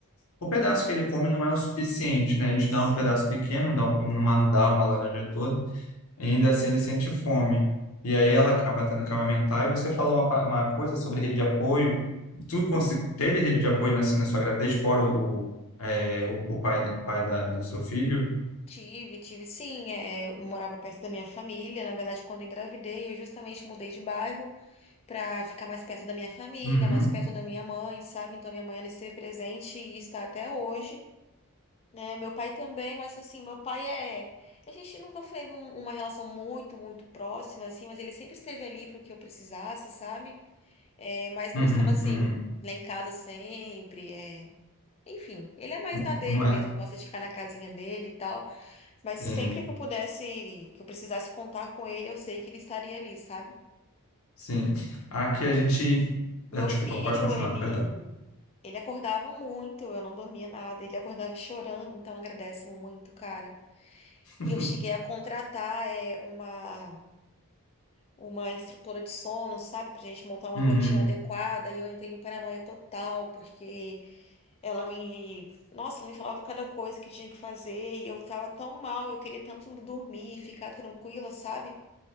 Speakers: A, on the left; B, on the left.
A: o pedaço que ele come não é o suficiente, né? A gente
B: Sim,
A: dá um pedaço pequeno, dá, um- não dá uma laranja toda e ainda assim ele sente fome. E aí ela acaba tendo que amamentar. E você falou uma, pa- uma coisa sobre rede de apoio. Tu consi- teve rede de apoio na, assim, na sua gravidez, fora o, é, o, o pai, o pai da, do seu filho?
B: tive, tive sim. É, eu morava perto da minha família. Na verdade, quando eu engravidei, eu justamente mudei de bairro. para ficar mais perto da minha família,
A: Uhum,
B: mais perto da minha mãe, sabe? Então minha mãe ela esteve presente e está até hoje, né? Meu pai também, mas assim, meu pai é a gente nunca foi um- uma relação muito, muito próxima assim, mas ele sempre esteve ali para o que eu precisasse, sabe? É, mas não
A: uhum,
B: estava assim
A: uhum.
B: lá em casa sempre, é Enfim, ele é mais
A: Não
B: da dele
A: não é?
B: mesmo, gosta de ficar na casinha dele e tal, mas
A: Sim,
B: sempre que eu pudesse, que eu precisasse contar com ele, eu sei que ele estaria ali, sabe?
A: sim. Aqui a gente.
B: Meu
A: ah, Desculpa,
B: filho,
A: pode continuar,
B: ele
A: perdão.
B: ele acordava muito, eu não dormia nada, ele acordava chorando, então agradeço muito, cara.
A: <laughs>
B: E eu cheguei a contratar é, uma uma instrutora de sono, sabe, pra gente montar uma
A: Uhum.
B: rotina adequada, e eu entrei em paranoia total, porque ela me, nossa, ela me falava cada coisa que tinha que fazer, e eu tava tão mal, e eu queria tanto dormir e ficar tranquila, sabe?